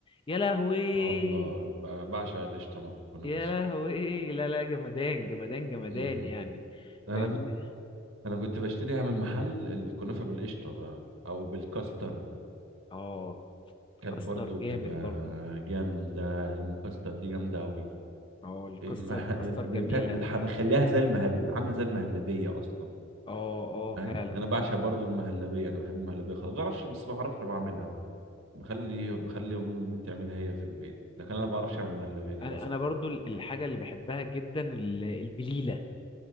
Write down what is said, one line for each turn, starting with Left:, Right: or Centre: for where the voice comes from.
Left: يا لهوي
Right: اه ب- بعشق القشطة انا في الكنافة
Left: يا
Right: الصراحة
Left: لهوي لا لا جمدان جمدان جمدان
Right: امم
Left: يعني
Right: انا
Left: فاهمني
Right: كنت انا كنت بشتريها من محل الكنافة بالقشطة بقى او بالكاستر
Left: اه
Right: كانت
Left: كاستر
Right: برضو بتبقى
Left: جامد برضو
Right: جامدة المكسر دي جامدة أوي
Left: اه الكستر
Right: إيه، مه-
Left: كستر
Right: <laughs> بت-
Left: جميله
Right: بتح- مخليها زي المهل عاملة زي المهلبية أصلا
Left: اه اه
Right: فاهم
Left: فعلا
Right: أنا بعشق برضو المهلبية أنا بحب المهلبية خالص ما بعرفش بس ما بعرفش بعملها بخلي بخلي أمي تعملها هي في البيت لكن أنا ما بعرفش أعمل مهلبية للأسف
Left: انا انا برضو ال- الحاجه اللي بحبها جدا ال- البليله